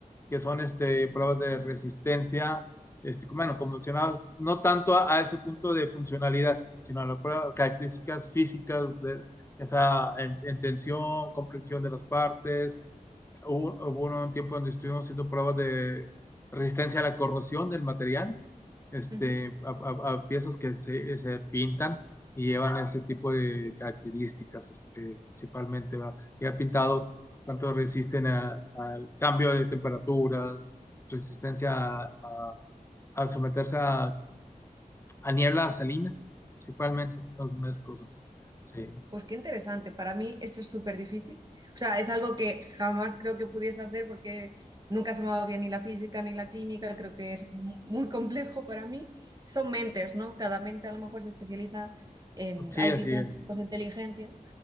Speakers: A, on the left (about 20°); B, on the right (about 30°).
A: que son este, pruebas de resistencia, este, bueno, convencionadas no tanto a, a ese punto de funcionalidad, sino a las pruebas- características físicas, de, ya sea en, en tensión, comprensión de las partes, Hubo, hubo un tiempo donde estuvimos haciendo pruebas de resistencia a la corrosión del material, este,
B: Ujú.
A: a, a- a piezas que se, se pintan y llevan ese tipo de características, este, principalmente, ¿verdad? Y ha pintado cuánto resisten a- al cambio de temperaturas, resistencia a, a- a someterse a, a niebla salina, principalmente, algunas cosas. Sí,
B: Pues qué interesante. Para mí eso es súper difícil. O sea, es algo que jamás creo que pudiese hacer porque nunca se me ha dado bien ni la física ni la química. Creo que es mu- muy complejo para mí. Son mentes, ¿no? Cada mente a lo mejor se especializa en...
A: sí,
B: Hay
A: así
B: diferentes
A: es.
B: tipos de inteligencia.